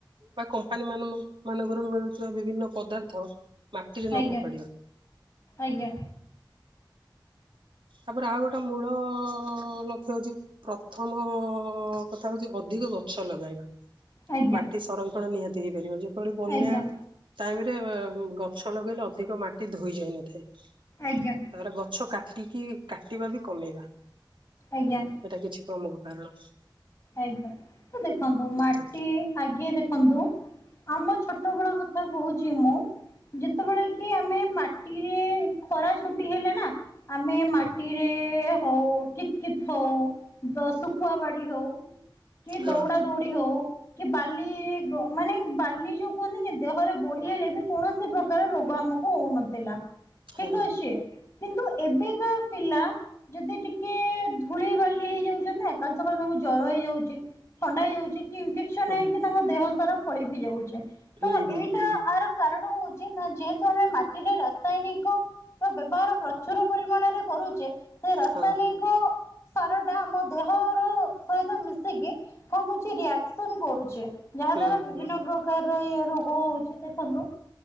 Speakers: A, on the right; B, on the left.
A: ବା କମ୍ପାନୀ ମାନ ମାନଙ୍କରୁ ମିଳୁଥିବା ବିଭିନ୍ନ ପଦାର୍ଥ ମାଟିରେ ନ
B: ଆଜ୍ଞା
A: ଫୋପାଡିବା।
B: ଆଜ୍ଞା।
A: ତାପରେ ଆଉ ଗୋଟେ ମୂଳ ଲକ୍ଷ୍ୟ ହଉଛି ପ୍ରଥମ କଥା ହଉଛି ଅଧିକ ଗଛ ଲଗାଇବା।
B: ଆଜ୍ଞା
A: ମାଟି ସଂରକ୍ଷଣ ନିହାତି ହେଇପାରିବ। ଯେପରି ବନ୍ୟା
B: ଆଜ୍ଞା
A: ଟାଇମରେ ଏ ଗଛ ଲଗେଇଲେ ଅଧିକ ମାଟି ଧୋଇ ଯାଇନଥାଏ।
B: ଆଜ୍ଞା।
A: ତାର ଗଛ କାଟିକି କାଟିବା ବି କମେଇବା।
B: ଆଜ୍ଞା।
A: ସେଇଟା କିଛି ପ୍ରମୁଖ କାରଣ।
B: ଆଜ୍ଞା, ଏ ଦେଖନ୍ତୁ ମାଟି
A: ଇତ୍ୟାଦି
B: ଆଗେ ଦେଖନ୍ତୁ ଆମ ଛୋଟ ବେଳ କଥା କହୁଛି ମୁଁ ଯେତେବେଳେ କି ଆମେ ମାଟିରେ ଖରା ଛୁଟି ହେଲେ ନା ଆମେ ମାଟିରେ
A: ହଁ
B: ହଉ କିତ୍ କିତ୍ ହଉ ଦ ଶୁକୁଆ ବାଡି ହଉ କି
A: ହଁ
B: ଦୌଡା ଦୌଡି ହଉ କି ବାଲି ମାନେ ବାଲି ଯୋଉ କୁହନ୍ତିନି ଦେହରେ ବୋଳି ହେଲେ ବି କୌଣସି ପ୍ରକାର ରୋଗ ଆମକୁ ହଉନଥିଲା।
A: ହଁ
B: ଠିକ୍ ଅଛି। କିନ୍ତୁ ଏବେକା ପିଲା ଯଦି ଟିକେ ଧୂଳି ବାଲି ହେଇଯାଉଛନ୍ତି ନା କାଲି ସକାଳୁ ତାଙ୍କୁ ଜର ହେଇଯାଉଛି, ଥଣ୍ଡା ହେଇଯାଉଛି କି ଇନଫେକ୍ସନ
A: ହୁଁ
B: ହେଇକି ତାଙ୍କ ଦେହ ସାରା ଫଳି ବି ଯାଉଛି।
A: ହୁଁ
B: ତ
A: ହୁଁ
B: ଏଇଟା
A: ହୁଁ
B: ଆର କାରଣ ହଉଛି ନା ଯେହେତୁ ଆମେ ମାଟିରେ ରାସାୟନିକ ବ୍ୟବହାର ପ୍ରଚୁର ପରିମାଣରେ କରୁଛେ ସେ ରାସାୟନିକ
A: ହଁ
B: ସାରଟା ଆମ ଦେହର ସହିତ ମିଶିକି କଣ କରୁଛିି ରୀୟାକ୍ସନ୍ କରୁଛି। ଯାହା
A: ହୁଁ
B: ଦ୍ଵାରା ବିଭିନ୍ନ
A: ହୁଁ
B: ପ୍ର କାର ଇଏ ରୋଗ ହଉଚି। ଦେଖନ୍ତୁ